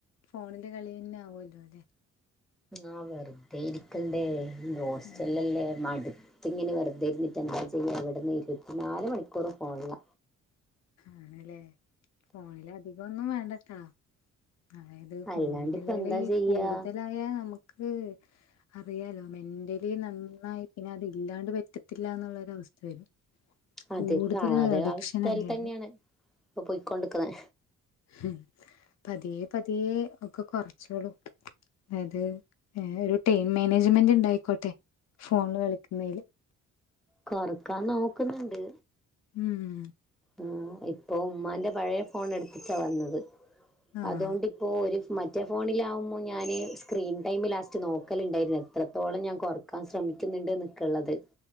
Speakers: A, on the left; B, in the centre.
A: ഫോണില് കളിയന്നെ ആവല്ലോ ല്ലെ
B: ആ വെറുതെ ഇരിക്കണ്ടേ... ഹോസ്റ്റലല്ലേ
A: അതെ
B: മടു ത്ത് ങ്ങനെ വെറുതെ ഇരുന്നിട്ട് എന്താ ചെയ്യ ഇവിടുന്ന് ഇരുപത്തിനാല് മണിക്കൂറും ഫോണില
A: ആണ്ലേ ഫോണിലധികഒന്നും വേണ്ടട്ടാ അതായത് ഫോണിലുകളി
B: അല്ലാണ്ട് ഇപ്പ എന്താ ചെയ്യാ
A: കൂടുതലായാ നമുക്ക് അറിയാലോ, മെന്റലി നന്നായി പിന്നെ അത് ഇല്ലാണ്ട് പറ്റത്തില്ല എന്നുള്ളരവസ്ഥ വരും
B: അതിപ്പ
A: കൂടുതൽ
B: അതെ
A: അഡിക്ഷൻ
B: അവസ്ഥയിൽ
A: ആയാല്
B: തന്നെയാണ്, ഇ. പ്പൊ പോയിക്കൊണ്ട്ക്കുന്നെ
A: ഉ പതിയെ പതിയെ യെ ഒക്കെ കുറച്ചോളും. അത് ഏഹ് ഒരു ടീ മാനേജ്മെന്റ് ഉണ്ടായിക്കോട്ടെ, ഫോണില് കളിക്കുന്നേൽ
B: കൊറക്കാൻ നോക്കുന്നുണ്ട്
A: ഹം
B: ആ ഇപ്പൊ ഉമ്മാന്റെ പഴയ ഫോൺ എടുത്തിട്ടാ വന്നത്,
A: ആഹ്
B: അതുകൊണ്ടിപ്പോ ഒരു മറ്റേ ഫോണിലാവുമ്പോൾ ഞാന് സ്ക്രീൻ ടൈമ് ലാസ്റ്റ് നോക്കലുണ്ടായിരുന്നു. എത്രത്തോളം ഞാൻ കുറക്കാൻ ശ്രമിക്ക ച്ചുന്നുണ്ട് നിക്കള്ളത്